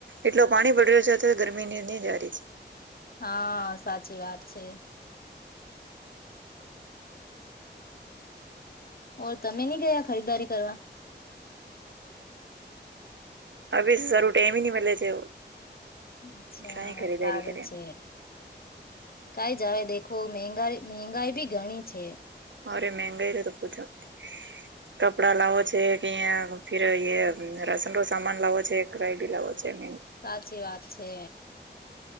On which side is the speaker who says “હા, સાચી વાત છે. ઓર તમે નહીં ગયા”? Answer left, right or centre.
Left